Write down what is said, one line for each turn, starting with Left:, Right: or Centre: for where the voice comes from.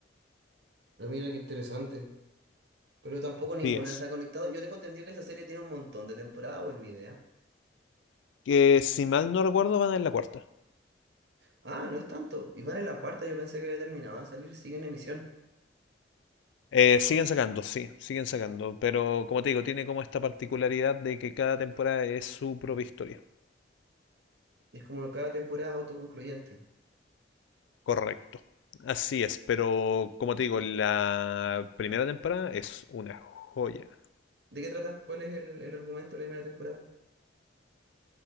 Right: ah, mira qué interesante. Pero tampoco ninguna
Left: Sí es.
Right: se ha conectado. Yo tengo entendido que esa serie tiene un montón de temporadas, o es mi idea.
Left: Que si mal no recuerdo van en la cuarta.
Right: Ah, no es tanto. Y van en la cuarta, yo pensé que había terminado de salir, sigue en emisión.
Left: Eh, siguen sacando, sí, siguen sacando, pero como te digo, tiene como esta particularidad de que cada temporada es su propia historia.
Right: es como cada temporada es autoconcluyente.
Left: Correcto. Así es, pero como te digo, la primera temporada es una joya.
Right: ¿De qué trata? ¿Cuál es el, el argumento de la primera temporada?